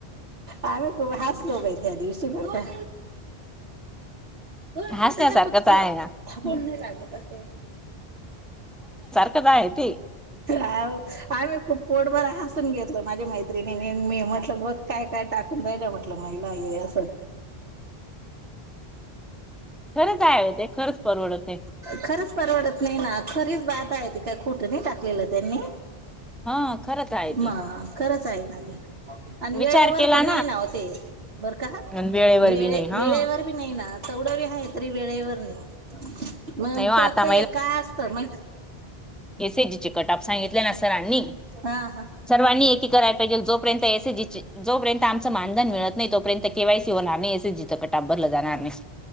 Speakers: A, on the right (about 70°); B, in the centre.
A: आम्ही खूप हसलो बाई त्या दिवशी बरं का. दोन मिनिटं
B: हसण्यासारखंच
A: द्या फक्त
B: आहे ना
A: थापून नाही लागत अस.
B: तवाय ते
A: आ हो आम्ही खूप पोट बर हासून घेतलं माझ्या मैत्रिणी मी म्हटलं बघ काय काय टाकून राहिलं म्ह आपलं महिला हे असं‌
B: खरंच आहे ते खरंच परवडतयं.
A: खरंच परवडत नाही ना खरीच बात आहे, ती काय खोटी नाय टाकलेलं त्यांनी
B: हा खरंच आहे ते
A: म खरंच हाय ना ते. आणि
B: विचार
A: वेळेवर
B: केला
A: पण नाय ना ओ ते, बर का
B: आणि वेळेवर
A: वेळे
B: बी नाही
A: वेळेवर
B: हा.
A: बी नाय ना तेवढं बी हाय तरी वेळेवर नाइ. मग
B: नाही हो आता
A: फक्त एका असत मग
B: ए सी जी चे कटाप सांगितलं ना सरांनी
A: हा हा
B: सर्वांनी एक कराय पायजेल जोपर्यंत ए सी जी ची जोपर्यंत आमचं मानधन मिळत नाय तोपर्यंत केवायसी होणार नाय एस एस जी चं कटाप भरलं जाणार नाय.